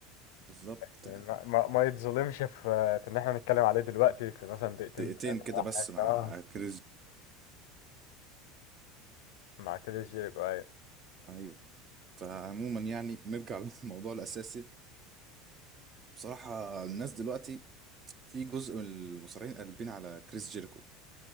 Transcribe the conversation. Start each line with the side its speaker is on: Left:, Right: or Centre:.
Right: بالظبط
Left: يعني
Right: يعني
Left: ما, ما, ما يتظلمش في في ان احنا نتكلم عليه دلوقتي في مثلا دقيقتين
Right: دقيقتين
Left: ثلاثه
Right: كده
Left: ولا
Right: بس
Left: حاجه
Right: مع
Left: اه
Right: كريس
Left: مع كل جيريكو ايوه
Right: ايوه فعموما يعني نرجع <laughs> للموضوع الاساسي بصراحة الناس دلوقتي في جزء من المصارعين قلبين على كريس جيريكو